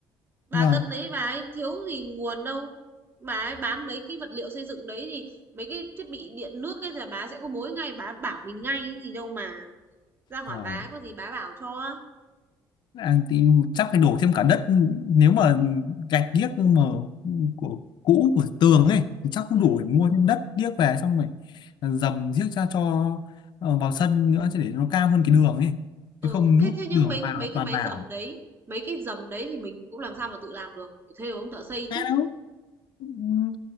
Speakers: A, on the right; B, on the left.
A: Bà
B: vâng
A: Tân đấy bà ấy thiếu gì nguồn đâu. Bà ấy bán mấy cái vật liệu xây dựng đấy thì mấy cái thiết bị điện nước ấy là bà sẽ có mối ngay, bà bảo mình ngay cái gì đâu mà. Ra hỏi
B: vâng
A: bà có gì bà bảo cho.
B: À, thì chắc phải đổ thêm cả đất nếu mà gạch điếc mà của cũ của tường ấy thì chắc không
A: Ừ.
B: đủ để mua thêm đất điếc về xong rồi dầm giếc ra cho ờ, vào sân nữa chứ để nó cao hơn cái đường ấy
A: Ừ,
B: chứ không
A: thế
B: nước
A: thế nhưng
B: đường
A: mấy
B: vào
A: cái mấy cái
B: toàn
A: máy
B: vào
A: dầm đấy, mấy cái dầm đấy thì mình cũng làm sao mà tự làm được, phải thuê một ông thợ xây
B: à
A: chứ.
B: đâu Ừm,